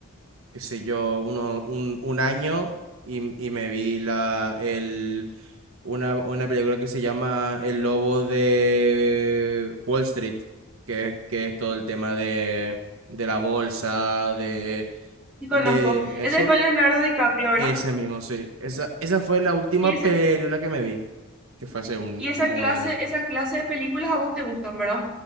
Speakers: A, on the right; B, in the centre.
A: qué sé yo, uno, un, un año y, y me vi la, el, una, una película que se llama El Lobo de Wall Street, que es, que es todo el tema de, de la bolsa, de,
B: Y conozco.
A: de
B: Ese
A: eso.
B: es con Leonardo DiCaprio, ¿verdad?
A: Ese mismo, sí. Esa, esa fue la última
B: Y ese,
A: película que me vi que fue hace un,
B: y
A: como
B: esa clase,
A: un año.
B: esa clase de películas a vos te gustan, ¿verdad?